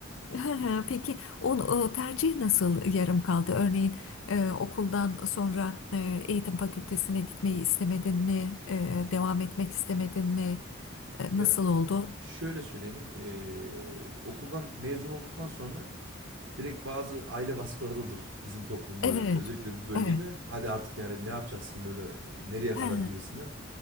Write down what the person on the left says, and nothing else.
Hı hı, Peki o, o tercih nasıl yarım kaldı? Örneğin e, okuldan sonra e, eğitim fakültesine gitmeyi istemedin mi? E, devam etmek istemedin mi? E,
nasıl oldu?
Evet,
evet,
Ha,